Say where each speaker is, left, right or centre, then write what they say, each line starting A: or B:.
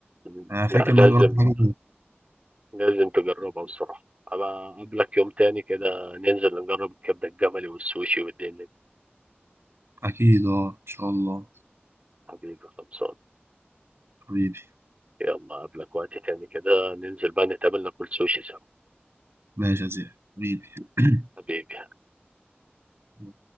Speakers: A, on the right; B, on the right.
A: مم.
B: أنا فاكر
A: لا لازم
B: إن أنا جربت حاجة
A: لازم تجربها بصراحة أبقى أقابلك يوم تاني كده ننزل نجرب الكبدة الجملي والسوشي والدنيا دي
B: أكيد أه إن شاء الله
A: حبيبي خلصان
B: حبيبي
A: يلا قبلك وقت تاني كده ننزل بقى نتقابل ناكل سوشي سوا
B: ماشي يا زياد حبيبي <clears throat>
A: حبيبي
B: <coughs>